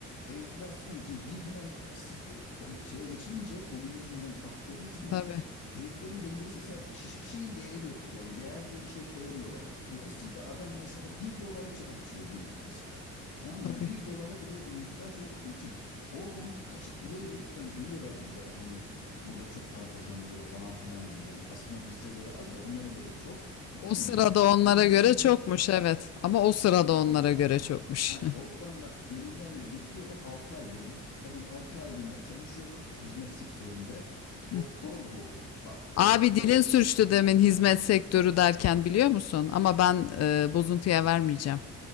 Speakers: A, on the left; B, on the left.
A: enflasyon. Şimdi birden sıf- e, ko- şeye geçilince komünizmden kapitalizme
B: tabii
A: heriflerin dengesi saçmış. Hiçbir şeyin değeri yok yani. Değer diye bir şey koyamıyorlar. Dolayısıyla adam mesela bir dolara çalışıyor günlük mesela. Tamam mı?
B: tabii.
A: Yani bir dolara bile muhtaç olduğu için oradan kaçıp buraya gelip yani duyuyorlar burada hani burada çok para kazanılıyor falan filan diyor. Yani aslında bize göre az da onlara göre çok. Tamam
B: O sırada
A: mı?
B: onlara
A: Dolayısıyla
B: göre çokmuş evet. Ama o sırada onlara
A: Geliyorlar
B: göre
A: bak.
B: çokmuş.
A: Ha, oradan bak gemilerle getiriyorlar 6 aylığına. Kadın 6 aylığına çalışıyor hizmet sektöründe.
B: <laughs>
A: Doktor bu. Bak doktor,
B: Abi dilin sürçtü
A: öğretmen.
B: demin hizmet sektörü derken biliyor musun? Ama ben e, bozuntuya vermeyeceğim.